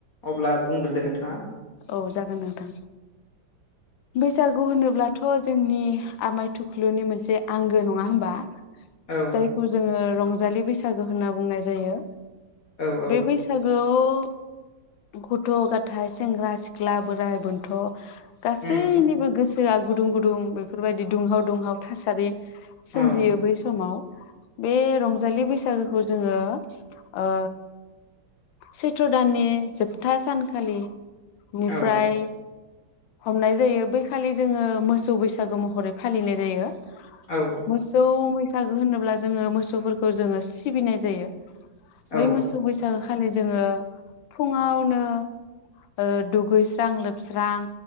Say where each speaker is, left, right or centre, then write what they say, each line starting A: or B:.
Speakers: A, on the left; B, on the left.
A: अब्ला बुंग्रोदो नोंथाङा
B: औ जागोन नोंथां बैसागु होनोब्लाथ' जोंनि आमाय थुख्लुनि मोनसे आंगो नङा होमबा
A: औ
B: जायखौ जोङो रं जालि बैसागो होनना बुंनाय जायो
A: औ औ
B: बे बैसागोआव गथ गाथाय सेंग्रा सिख्ला बोराइ बोनथ' गासैनिबो
A: उम
B: गोस सोआ गुदुं गुदुं बेफोरबायदि दुंहाव दुंहाव थासारि सोमजियो
A: औ
B: बै समाव बे रंजालि बैसागोखौ जोङो ओ सैथ्र' दाननि जोबथा सानखालि निफ्राय
A: औ
B: हमनाय जायो बैखालि जोङो मोसौ बैसागो महरै फालिनाय जायो
A: औ
B: मोसौ मैस सागो होनोब्ला जोङो मोसौफोरखौ जोङो सिबिनाय जायो बै
A: औ
B: मोसौ बैसागो खालि जोङो फुङावनो ओ दुगैस्रां लोबस्रां